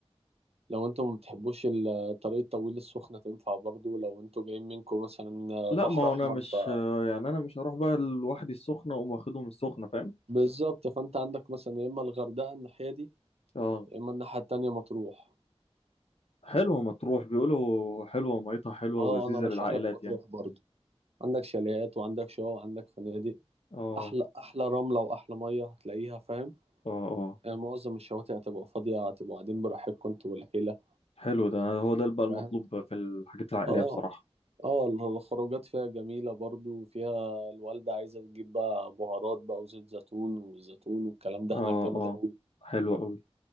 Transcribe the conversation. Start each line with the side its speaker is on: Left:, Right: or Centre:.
Right: لو انتوا ما بتحبوش الطريق الطويل السخنة تنفع برضو لو انتوا جايين منكم مثلا
Left: لا
Right: بحر
Left: ما هو
Right: أحمر
Left: أنا مش
Right: ف
Left: آه، يعني أنا مش هروح بقى لوحدي السخنة وأقوم واخدهم السخنة فاهم
Right: بالظبط فأنت عندك مثلا يا إما الغردقة الناحية دي
Left: اه
Right: يا إما الناحية التانية مطروح
Left: حلوة مطروح بيقولوا حلوة ميتها حلوة
Right: اه
Left: ولذيذة
Right: أنا رشح
Left: للعائلات
Right: لك مطروح
Left: يعني
Right: برضو عندك شاليهات وعندك شقق وعندك فنادق
Left: اه
Right: أحلى أحلى رملة وأحلى مية هتلاقيها فاهم
Left: اه اه
Right: آه، معظم الشواطئ هتبقى فاضية هتبقوا قاعدين براحتكم انتوا والعيلة
Left: حلو ده هو ده بقى المطلوب
Right: فاهم
Left: في الحاجات العائلية
Right: اه
Left: بصراحة
Right: اه الخروجات فيها جميلة برضو فيها الوالدة عايزة تجيب بقى بهارات بقى وزيت زيتون والزيتون والكلام ده
Left: اه
Right: هناك جامد
Left: اه
Right: أوي
Left: حلو أوي